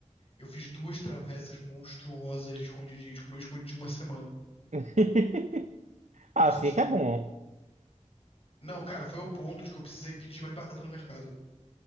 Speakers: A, on the left; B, on the right.
A: Eu fiz duas travessas monstruosas de escondidinho, de comi escondidinho uma semana.
B: <laughs>
A: Nossa
B: Ah, assim
A: senhora.
B: é que é bom.
A: Não, cara, foi ao ponto de que eu precisei pedir mais batata no mercado.